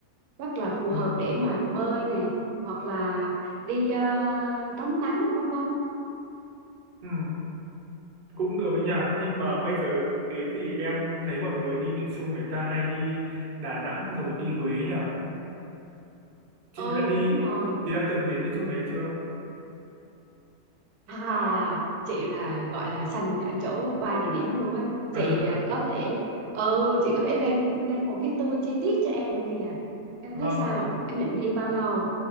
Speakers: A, on the right (about 85°); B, on the right (about 55°).
A: rất là phù
B: Ừ,
A: hợp để mà bơi nè hoặc là đi ờ, tắm nắng vân vân.
B: ừ, cũng được
A: Ừ.
B: nha, nhưng mà bây giờ thế thì em thấy mọi người đi miền Trung người ta hay đi Đà Nẵng rồi đi Huế nhỉ? Chị
A: ừ,
B: đã đi,
A: đúng rồi.
B: chị đã từng đến mấy
A: Ừ.
B: chỗ đấy chưa?
A: À, chị là gọi là sành ở chỗ ba địa điểm đó luôn á. Chị
B: <laughs>
A: à, có thể ừ, chị có thể lên lên một cái tour chi tiết cho em nữa kìa. Em
B: Vâng,
A: thấy sao? Em định đi bao lâu?